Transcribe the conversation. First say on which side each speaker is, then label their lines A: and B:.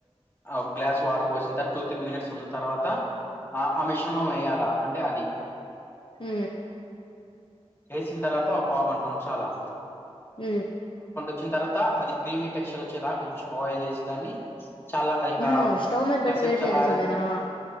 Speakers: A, on the left; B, on the left.
A: ఒక గ్లాస్ వాటర్ పోసిన తర్వాత టూ త్రీ మినిట్స్ ఉన్న తర్వాత ఆ ఆ మిశ్రమం వేయాలా అంటే అది
B: హ
A: వేసిన తర్వాత పావుగంట వంచలా
B: అ
A: వచ్చిన తర్వాత అది క్రీమీ టెక్స్చర్ వచ్చేదాక కొంచెం బాయిల్ చేసే దాన్ని చాలా అది ఇంకా
B: ఆ స్టవ్ మీద పేట్టి
A: కాసేపు
B: వేడి
A: చల్లారిన్
B: చేయాల్సిందేనా